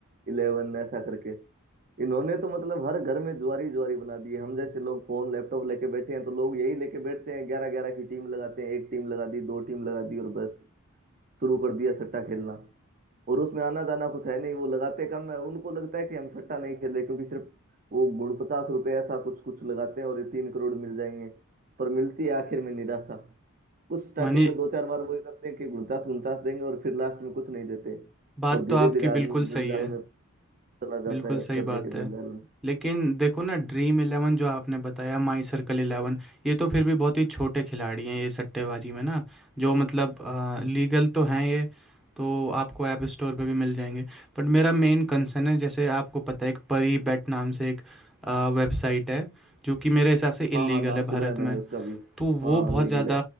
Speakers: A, on the right; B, in the centre.
A: eleven ऐसा करके इन्होंने तो मतलब हर घर में जुआरी जुआरी बना दी है हम जैसे लोग फोन लैपटॉप लेके बैठे हैं तो लोग यही लेके बैठते हैं ग्यारह ग्यारह की टीम लगाते हैं एक टीम लगा दी दो टीम लगा दी और बस शुरू कर दिया सट्टा खेलना और उसमें आना जाना कुछ है नहीं वो लगाते कम है उनको लगता है कि हम सट्टा नहीं खेल रहे क्योंकि सिर्फ वो गुण पचास रुपए ऐसा कुछ कुछ लगाते हैं और ये तीन करोड़ मिल जाएंगे पर मिलती है आखिर में निराशा कुछ स्टार्टिंग
B: मानिए
A: में दो चार बार वही करते हैं कि उनचास उनचास देंगे और फिर लास्ट में कुछ नहीं देते
B: बात
A: और धीरे
B: तो आपकी
A: धीरे आदमी
B: बिल्कुल
A: जंजाल
B: सही है
A: में चला जाता
B: बिल्कुल
A: है उस
B: सही
A: कर्जे
B: बात
A: के
B: है
A: जंजाल में
B: लेकिन देखो ना ड्रीम इलेवन जो आपने बताया माई सर्कल इलेवन ये तो फिर भी बहुत ही छोटे खिलाड़ी हैं ये सट्टेबाजी में ना जो मतलब लीगल तो हैं ये तो आपको ऐप स्टोर पे भी मिल जाएंगे बट मेरा मेन कंसर्न है जैसे आपको पता है एक परी बैट नाम से एक वेबसाइट है जो कि मेरे हिसाब से इलीगल
A: हाँ हाँ नाम
B: है भारत
A: सुना है मैंने
B: में
A: उसका भी
B: तो
A: हाँ
B: वो
A: अनलीगल
B: बहुत ज़्यादा
A: है